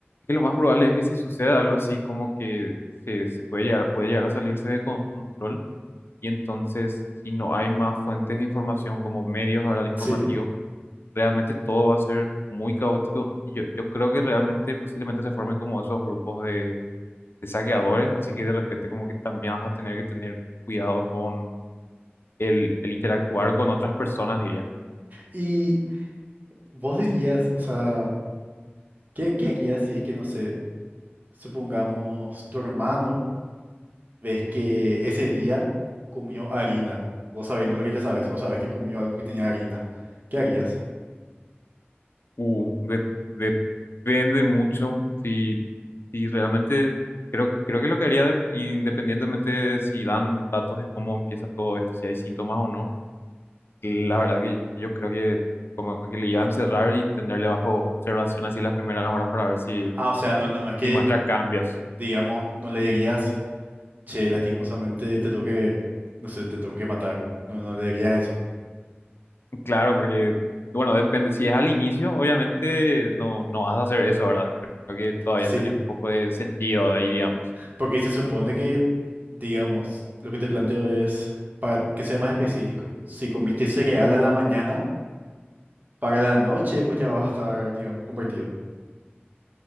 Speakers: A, on the left; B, on the right.
A: que lo más probable es que si sucede algo así, como que se, se puede llegar, puede llegar a salirse de control Y entonces, si no hay más fuentes de información como medios ahora de informativos,
B: Sí.
A: realmente todo va a ser muy caótico. Y yo, yo creo que realmente posiblemente se formen como esos grupos de, de saqueadores, así que de repente como que también vas a tener que tener cuidado con el, el interactuar con otras personas, diría.
B: Y vos dirías, o sea, ¿qué, qué harías si es que, no sé, Supongamos tu hermano, ves que ese día comió harina. Vos sabiendo lo que ya sabes, o sabes que comió algo que tenía harina. ¿Qué harías?
A: Uh, de- de- depende mucho si, si realmente... Creo, que- creo que lo que haría de- independientemente de si dan datos de cómo empieza todo esto, si hay síntomas o no, La verdad que yo creo que como que le iba a encerrar y tenerle bajo observación así las primeras horas para ver si,
B: Ah, o sea, no, no, no es que,
A: si muestra cambios.
B: digamos, no le dirías, che, lastimosamente te tengo que, no sé, te tengo que matar. No, no le dirías eso.
A: <laughs> Claro, porque, bueno, depende. Si es al inicio, obviamente no, no vas a hacer eso, ¿verdad? Creo que todavía
B: Sí,
A: tenés un poco de sentido ahí, digamos.
B: porque se supone que, digamos, lo que te planteo es, para que sea más específico, si comiste cereal a la mañana, para la noche vos ya vas a estar, digamos, convertido.